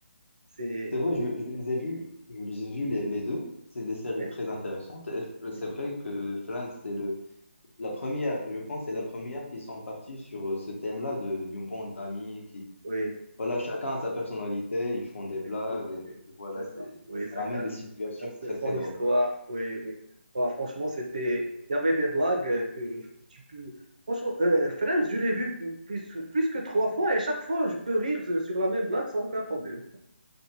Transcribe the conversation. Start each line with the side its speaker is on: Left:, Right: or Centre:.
Right: C'est,
Left: c'est vrai, je, je les ai vus, je les ai vus les, les deux. C'est des séries
Right: oui,
Left: très intéressantes. Et f- euh,
Right: oui.
Left: C'est vrai que Friends, c'est le, la première, je pense, c'est la première qui sont partis sur euh, ce thème-là de, d'une bande d'amis qui,
Right: oui.
Left: voilà, chacun a sa personnalité, ils font des
Right: Effectivement,
Left: blagues, et
Right: oui,
Left: voilà,
Right: c'est
Left: c'est,
Right: ça. Oui,
Left: ça
Right: ça
Left: ramène
Right: chacun,
Left: des situations
Right: chacun
Left: très,
Right: son
Left: très drôles.
Right: histoire. Oui, oui. Bah, franchement, c'était. Il y avait des blagues euh, que que tu peux. Franchement, euh, Friends, je l'ai vu plus, plus que trois fois et chaque fois, je peux rire sur la même blague sans aucun problème.